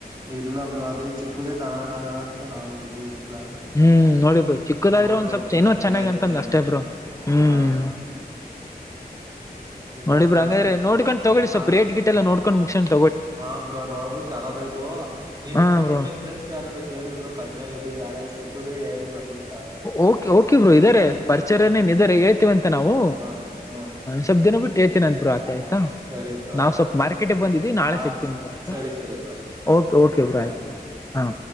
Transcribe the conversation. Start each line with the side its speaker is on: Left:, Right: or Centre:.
Right: ಇಲ್ಲ ಬ್ರೋ ಅದೇ ಚಿಕ್ಕುದೇ ತಗೋಳೋಣ ಅಂತ ನಾವು ಇದೀವಿ ಪ್ಲಾನ್
Left: ಹ್ಮ್ ನೋಡಿ
Right: ಹ್ಮ್
Left: ಬ್ರೋ ಚಿಕ್ಕದಾದ್ರೆ
Right: ನೋಡ್ಬೇಕು
Left: ಒಂದ್ ಸ್ವಲ್ಪ್
Right: ಬ್ರೋ
Left: ಇನ್ನೂ
Right: ಹೆಂಗಯ್ತದೆ
Left: ಚೆನ್ನಾಗ ಅಂತ
Right: ಹಂಗೆ
Left: ಅಷ್ಟೇ ಬ್ರೋ ಹ್ಮ್
Right: ಹಾ <inaudible> ಇನ್ನೇನ್
Left: ನೋಡಿ ಬ್ರೋ ಹಂಗಾದ್ರೆ
Right: ಸಮಾಚಾರ
Left: ನೋಡ್ಕೊಂಡು ತಗೊಳ್ಳಿ ಸ್ವಲ್ಪ್
Right: ಹಾ
Left: ರೇಟ್ ಗಿಟೆಲ್ಲ ನೋಡ್ಕೊಂಡು ಮುಗಿಸಿಕೊಂಡು
Right: ಹಾ ಬ್ರೋ ನೋಡ್ಬಿಟ್ಟ ತಗೋಬೇಕು ನೀವು
Left: ಹಾ
Right: ನೀವು
Left: ಬ್ರೋ
Right: ನಿಮ್ ಫ್ರೆಂಡ್ಸ್ ಯಾರ್ನಾರು ಕೇಳಿ ಬ್ರೋ ಕಡಿಮೆ ರೇಟಿಗೆ ಯಾರ್ನಾರು ಸಿಕ್ಕುದ್ರೆ ಹೇಳಿ ನಮಗೂ ತಗೋಳಣ
Left: ಓಕೆ ಓಕೆ ಬ್ರೋ ಇದ್ದಾರೆ ಪರಿಚಯ ಏನು ಇದಾರೆ ಹೇಳ್ತೀವಂತ ನಾವು
Right: ಹಾ ಹ್ಮ
Left: ಸ್ವಲ್ಪ ದಿನ ಬಿಟ್ಟು ಹೇಳ್ತೇನಿ ಅಂತ ಆಕೆ ಆಯ್ತಾ
Right: ಹಾ ಸರಿ ಬ್ರೋ
Left: ನಾವು
Right: ಆಯ್ತು
Left: ಸ್ವಲ್ಪ ಮಾರ್ಕೆಟ್ಗೆ ಬಂದಿದ್ದ ನಾಳೆ
Right: ಹಾ
Left: ಸಿಗ್ತೀನಿ ಬ್ರೋ ಆಯ್ತಾ
Right: ಸರಿ ಸರಿ ಬ್ರೋ ಆಯ್ತು
Left: ಓಕೆ ಓಕೆ ಬ್ರೋ
Right: ಹಾ
Left: ಆಯ್ತ ಹ